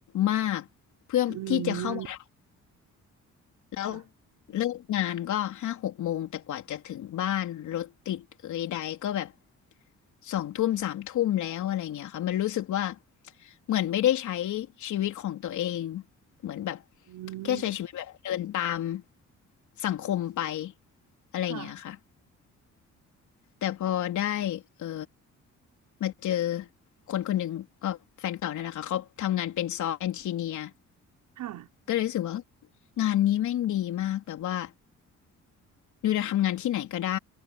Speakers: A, on the left (about 75°); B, on the right (about 80°).
A: มากเพื่อที่จะเข้ามา
B: อืม
A: แล้ว
B: ค่ะ
A: เลิกงานก็ห้าหกโมงแต่กว่าจะถึงบ้านรถติดเอยใดก็แบบสองทุ่มสามทุ่มแล้วอะไรเงี้ยค่ะมันรู้สึกว่าเหมือนไม่ได้ใช้ชีวิตของตัวเองเหมือนแบบ
B: อืม
A: แค่ใช้ชีวิตแบบเดินตามสังคมไปอะไรเงี้ยค่ะ
B: ค่ะ
A: แต่พอได้เออมาเจอคนคนหนึ่งก็แฟนเก่านั่นแหละค่ะเขาทำงานเป็นซอฟต์แอนจิเนียร์
B: ค่ะ
A: ก็เลยรู้สึกว่างานนี้แม่งดีมากแบบว่า นิวจะทำงานที่ไหนก็ได้